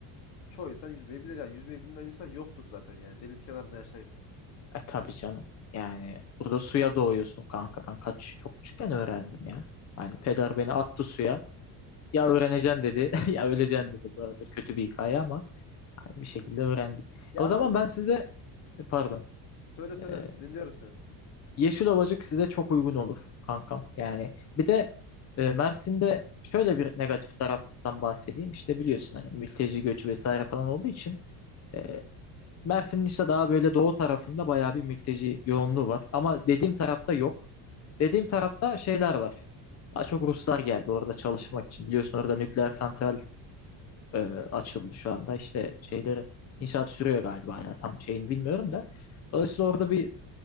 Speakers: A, on the left; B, on the left.
A: çoğu insan yüzmeyi bilir yani. Yüzmeyi bilmeyen insan yoktur zaten yani. Deniz kenarında yaşayıp da.
B: E tabii canım. Yani burada suya doğuyorsun kanka. Ben kaç çok küçükken öğrendim ya. Hani
A: E,
B: peder beni attı suya. Ya
A: Aynen.
B: öğreneceksin dedi <laughs> ya öleceksin dedi. Bu arada kötü bir hikaye ama hani bir şekilde öğrendik.
A: Ya
B: E, o
A: ama
B: zaman ben size e, pardon.
A: söyle söyle
B: e,
A: dinliyorum seni.
B: Yeşil Ovacık size çok uygun olur kankam. Yani bir de e, Mersin'de şöyle bir negatif taraftan bahsedeyim. İşte biliyorsun hani mülteci göçü vesaire falan olduğu için e, Mersin'in işte daha böyle doğu tarafında bayağı bir mülteci yoğunluğu var. Ama dediğim tarafta yok. Dediğim tarafta şeyler var. Daha çok Ruslar geldi orada çalışmak için. Biliyorsun orada nükleer santral e, açıldı şu anda. İşte şeyleri inşaat sürüyor galiba hala tam şeyini bilmiyorum da. Dolayısıyla orada bir